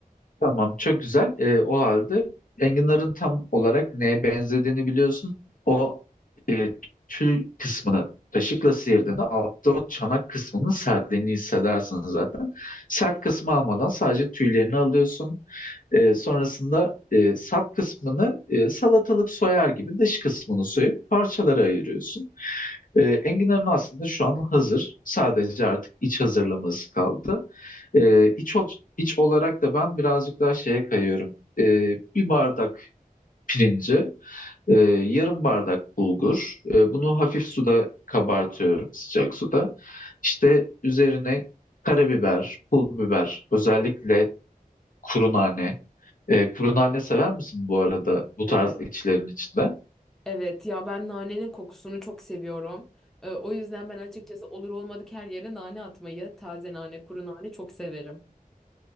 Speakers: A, on the left (about 65°); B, in the centre.
A: Tamam, çok güzel. Ee, o halde enginarın tam olarak neye benzediğini biliyorsun. O tül kısmını kaşıkla sıyırdığında altta o çanak kısmının sertliğini hissedersin zaten. Sert kısmı almadan sadece tüylerini alıyorsun. Ee, sonrasında e, sap kısmını e, salatalık soyar gibi dış kısmını soyup parçalara ayırıyorsun. Ee, enginarın aslında şu an hazır. Sadece artık iç hazırlaması kaldı. Ee, iç, ot- iç olarak da ben birazcık daha şeye kayıyorum. Ee, bir bardak pirinci, e, yarım bardak bulgur. E, bunu hafif suda kabartıyorum sıcak suda. İşte üzerine karabiber, pul biber, özellikle kuru nane. E, kuru nane sever misin bu arada bu
B: Evet.
A: tarz içlerin içinde?
B: Evet ya ben nanenin kokusunu çok seviyorum. Ee, o yüzden ben açıkçası olur olmadık her yere nane atmayı, taze nane, kuru nane çok severim.